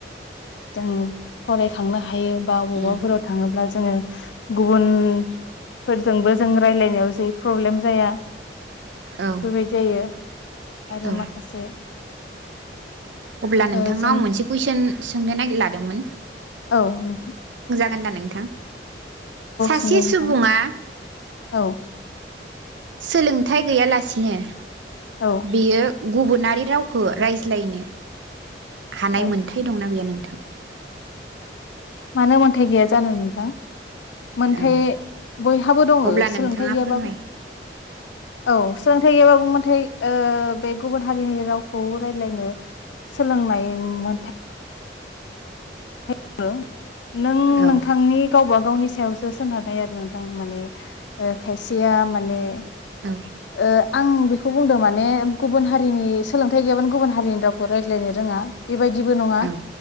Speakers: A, on the left (about 85°); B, on the right (about 85°).
A: जों फरायखांनो हायो। बा अबावबाफोराव
B: उम
A: थाङोब्ला जो जोङो गुबुनफोरजोंबो जों रायज्लायनायाव जे प्रब्लेम जाया।
B: औौ
A: हेबायदि जायो। आरो
B: औ
A: माखासे
B: अब्ला नोंथांनाव
A: ओ जों
B: आं मोनसे कुइसन सोंनो नागिर लादोंमोन।
A: औ नों
B: गोनदा नोंथां? सासे
A: सोंलाय नोंथां
B: सुबुङा
A: औ
B: सोलोंथाइ गैयालासिनो।
A: औ
B: बियो गुबुनारि रावखौ रायज्लायनो हानाय
A: औ
B: मोनथाय दंना गैया नों थां।
A: मानो मोन्थाइ गैया जानो नोंथां। मोनथाय
B: औ
A: बयहाबो दङ
B: अब्ला
A: सोलोंथाइ
B: नोंथाङा
A: गैयाबाबो
B: फोरमाय
A: औ सोलोंथाइ गैयाबाबो मोनथाय ओ बे गुबुन हारिनि रावखौ रायज्लायनो सोलोंनाय मोनथाय <unintelligible> नों
B: औ
A: नोंथांनि गावबा गावनि सायावसो सोनारनाय आरो नोंथां माने ओ खायसेया माने
B: औ
A: ओ आं बेखौ बुंदों माने गुबुन हारिनि सोलोंथाइ गैयाबानो गुबुन हारिनि रावखौ रायज्लायनो रोङा। बेबायदिबो नङा
B: औ